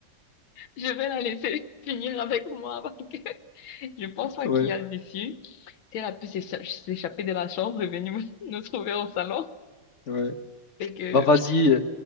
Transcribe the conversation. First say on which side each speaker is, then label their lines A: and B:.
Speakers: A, on the left; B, on the left.
A: je vais la laisser <laughs> finir avec moi parce que <laughs> je pense pas
B: Ouais,
A: qu'il y a d'issue. Si elle a pu s'écha- s'échapper de la chambre et venir <laughs> nous trouver au salon,
B: ouais.
A: c'est que...
B: Bah vas-y, euh,